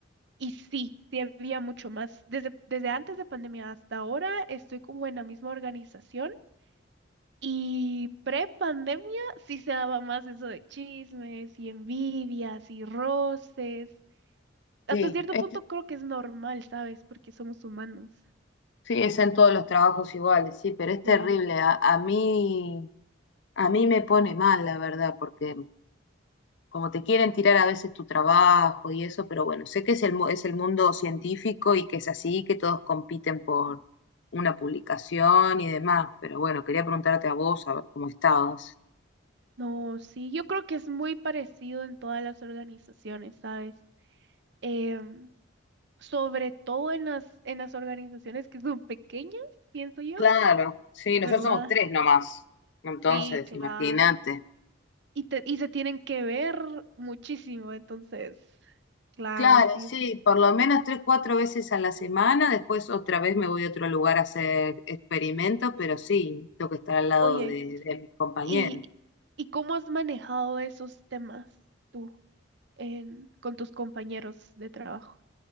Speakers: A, on the right (about 60°); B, on the left (about 65°).
A: y sí, sí había mucho más. Desde, desde antes de pandemia hasta ahora estoy como en la misma organización y pre-pandemia sí se daba más eso de chismes y envidias y roces. Hasta
B: Sí,
A: cierto
B: este-
A: punto creo que es normal, ¿sabes? Porque somos humanos.
B: sí, es en todos los trabajos iguales, sí, pero es
A: Sí.
B: terrible. A, a mí, a mí me pone mal, la verdad, porque como te quieren tirar a veces tu trabajo y eso, pero bueno, sé que es el, mu- es el mundo científico y que es así, que todos compiten por una publicación y demás, pero bueno, quería preguntarte a vos, a ver cómo estabas.
A: No, sí, yo creo que es muy parecido en todas las organizaciones, ¿sabes? Em, sobre todo en las, en las organizaciones que son pequeñas, pienso yo,
B: Claro, sí, nosotros
A: ¿verdad?
B: somos tres nomás. Entonces,
A: Sí, claro.
B: imagínate.
A: Y, te- y se tienen que ver muchísimo, entonces, claro,
B: Claro,
A: así
B: sí,
A: es.
B: por lo menos tres, cuatro veces a la semana, después otra vez me voy a otro lugar a hacer experimentos, pero sí, tengo que estar al lado
A: Oye,
B: de, de mis compañeros.
A: ¿y, y cómo has manejado esos temas tú en, con tus compañeros de trabajo?